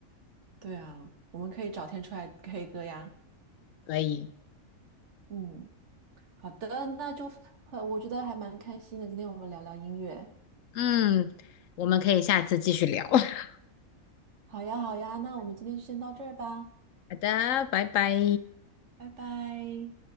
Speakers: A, on the right; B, on the left.
A: 对啊，我们可以找天出来 <laughs> K 歌呀。
B: 可以，
A: 嗯，好的，那就呃我觉得还蛮开心的，今天我们聊聊音乐。
B: 嗯，我们可以下次继续聊。<laughs>
A: 好呀，好呀，那我们今天就先到这儿吧，
B: 好的，拜拜。
A: 拜拜。